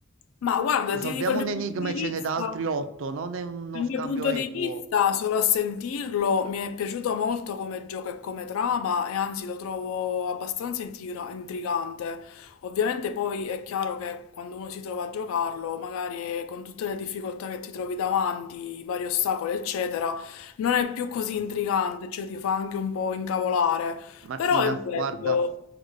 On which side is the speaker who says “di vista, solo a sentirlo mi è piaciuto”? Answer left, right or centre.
Left